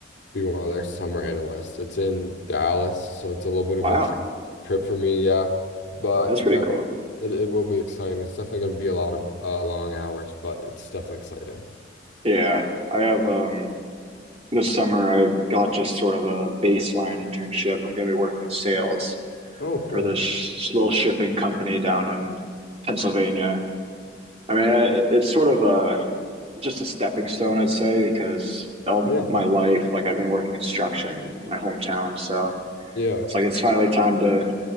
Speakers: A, on the left; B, on the right.
A: be one of their summer analysts. It's in Dallas, so it's a little bit of
B: wow,
A: a tri trip for me, yeah. But
B: that's pretty
A: that
B: cool.
A: it, it will be exciting. It's definitely going to be a lot of uh, long hours, but it's definitely exciting.
B: Yeah, I have um this summer I got just sort of a baseline internship. I'm going to be working sales
A: Oh, cool.
B: for this sh little shipping company down in Pennsylvania. I mean, I- it's sort of a just a stepping stone, I'd say, because all
A: Yeah,
B: my life, like I've been working construction in my hometown, so
A: yeah,
B: it's like it's finally time to